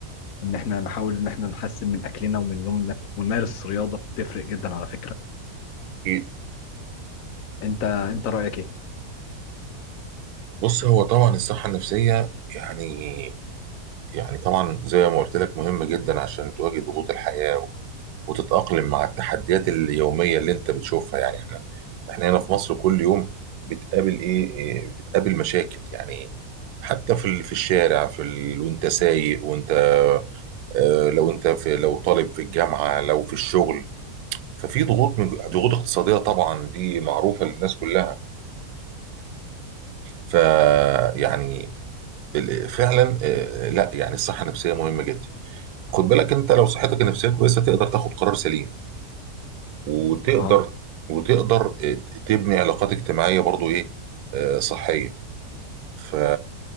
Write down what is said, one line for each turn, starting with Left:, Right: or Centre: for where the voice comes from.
Left: ان احنا نحاول ان احنا نحسن من اكلنا ومن نومنا ونمارس رياضه تفرق جدا على فكره
Right: أكيد.
Left: انت انت رايك ايه
Right: بص هو طبعا الصحه النفسيه يعني يعني طبعا زي ما قلت لك مهم جدا عشان تواجه ضغوط الحياة و- وتتأقلم مع التحديات اليومية اللي انت بتشوفها يعني احنا احنا هنا في مصر كل يوم بتقابل ايه إيه، بتقابل مشاكل يعني حتى في ال- في الشارع في ال... وانت سايق وانت آه، لو انت في لو طالب في الجامعة لو في الشغل ففي ضغوط من ضغوط اقتصادية طبعا دي معروفة للناس كلها فيعني فعلا آه، لا يعني الصحة النفسية مهمة جدا خد بالك انت لو صحتك النفسيه كويسه تقدر تاخد قرار سليم وتقدر
Left: اه
Right: وتقدر اه، تبني علاقات اجتماعيه برضو ايه اه، صحيه ف